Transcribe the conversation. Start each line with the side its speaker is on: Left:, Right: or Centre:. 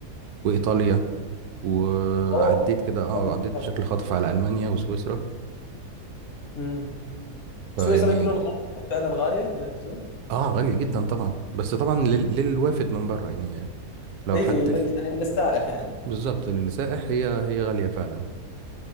Right: وايطاليا وعديت
Left: اوه
Right: كده اه
Left: هذه
Right: عديت
Left: مشتركة.
Right: بشكل خاطف على المانيا وسويسرا
Left: امم
Right: فيعني
Left: سويسرا يقولون غالية فعلا غاليه يا دكتور؟
Right: اه غالية جدا طبعا بس طبعا لل... للوافد من بره يعني لو
Left: اي
Right: حد
Left: لل... يعني للسائح يعني
Right: بالظبط للسائح هي هي غالية فعلا